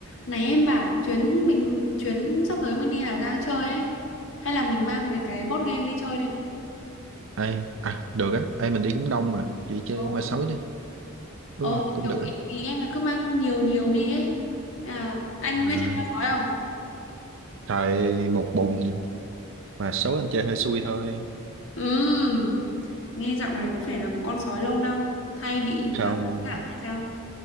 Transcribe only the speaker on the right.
ai à, được á, ai mình đi cũng đông mà, chị chơi
ma sói đi, đúng
không? Cũng
được
á.
Mà
Trời một bụng mà số anh chơi hơi xui thôi.
Không,